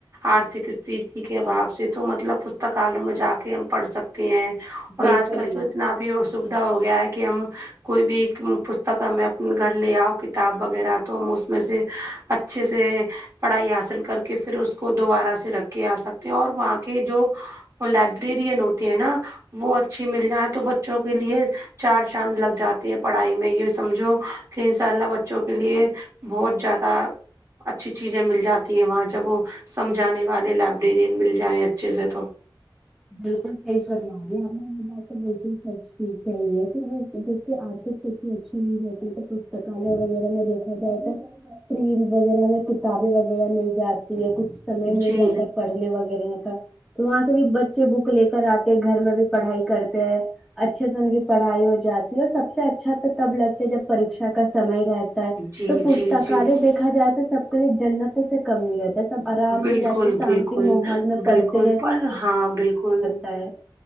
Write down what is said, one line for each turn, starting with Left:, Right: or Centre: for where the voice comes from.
Right: آرتھک است کے بعد سے تو مطلب پستکالوں میں جا کے ہم پڑھ سکتے ہیں اور
Centre: بالکل
Right: آج کل تو اتنا بھی سویدھا ہو گیا ہے کہ ہم کوئی بھی پستک ہمیں گھر لے آؤ کتاب وغیرہ تو ہم اس میں سے اچھے سے پڑھائی حاصل کر کے پھر اس کو دوبارہ سے رکھ کے آ سکتے ہیں اور وہاں کے جو وہ لائبریرین ہوتے ہیں نا وہ اچھی مل جائے تو بچوں کے لیے چار چاند لگ جاتے ہے پڑھائی میں یہ سمجھو کہ ان شاء اللہ بچوں کے لیے بہت زیادہ اچھی چیزیں مل جاتی ہیں وہاں جب وہ سمجھانے والے لائبریرین مل جائیں اچھے سے تو
Centre: بالکل صحیح فرمایا آپ نے یہ بات تو بالکل سچ ہی کہی ہے جی جس کی آرتک استیتی اچھی نہیں رہتی ہے تو پستکالیہ وغیرہ میں دیکھا جائے تو ریل وغیرہ میں کتابیں وغیرہ مل جاتی ہے کچھ سمے مل
Right: جی
Centre: جاتا ہے پڑھنے وغیرہ کا تو وہاں سے بھی بچے بک لے کر آتے گھر میں بھی پڑھائی کرتے ہیں اچھے سے ان کی پڑھائی ہو جاتی ہے سب سے اچھا تو تب لگتے جب پریکشا کا سمے رہتا
Right: جی
Centre: تو پستکالے
Right: جی جی
Centre: دیکھا جائے تو سب کے لیے جنتوں سے کم نہیں رہتا ہے سب آرام
Right: بالکل
Centre: سے جاتے شانتی
Right: بالکل
Centre: ماحول میں پڑھتے
Right: بالکل پر ہاں بالکل
Centre: ہیں